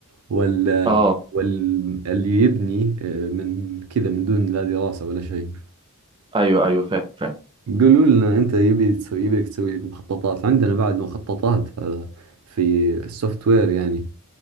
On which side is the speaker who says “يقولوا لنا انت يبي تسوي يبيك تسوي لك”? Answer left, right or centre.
Right